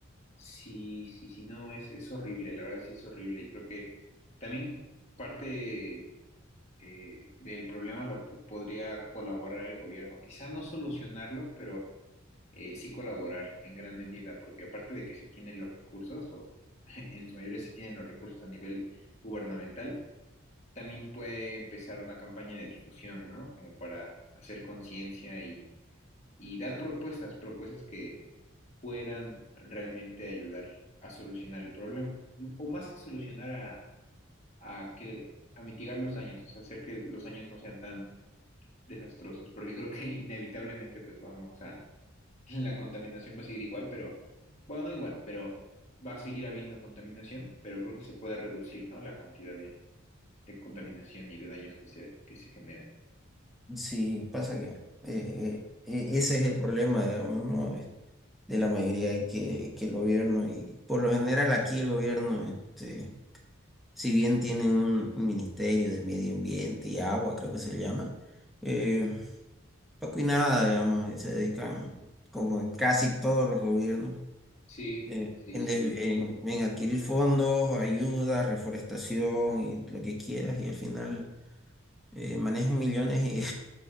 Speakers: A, on the left (about 30°); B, in the centre.
A: Sí, sí, sí, no, es, es horrible, la verdad sí es horrible. Y creo que también parte eh, del problema lo po- podría colaborar el gobierno. Quizá no solucionarlo, pero eh, sí colaborar en gran medida, porque aparte de que se tienen los recursos, o <laughs> en su mayoría se tienen los recursos a nivel gubernamental, también puede empezar una campaña de difusión, ¿no? Como para hacer conciencia y, y dar propuestas, propuestas que puedan realmente ayudar a solucionar el problema, o más que solucionar a, a que, a mitigar los daños, o sea, hacer que los daños no sean tan desastrosos, porque creo que <laughs> inevitablemente pues vamos a, la contaminación va a seguir igual, pero, bueno, no igual, pero va a seguir habiendo contaminación, pero creo que se puede reducir, ¿no? La cantidad de de contaminación y de daños que se, que se generan.
B: Sí, pasa que eh, eh, e- ese es el problema, digamos, ¿no? Es- De la mayoría y que, que el gobierno, y por lo general aquí el gobierno, este, si bien tienen un un ministerio de medio ambiente y agua, creo que se llama, eh, poco y nada, digamos, se dedican, como en casi todos los gobiernos
A: Sí,
B: eh,
A: sí,
B: en,
A: sí.
B: de- en- en adquirir fondos, ayuda, reforestación y lo que quieras, y al final eh, manejas millones y,